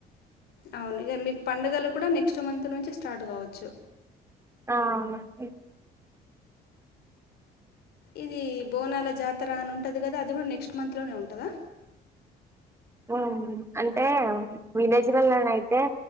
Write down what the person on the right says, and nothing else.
ఆ మసీ
ఊఉ అంటే విలేజ్ లల్ల నయితే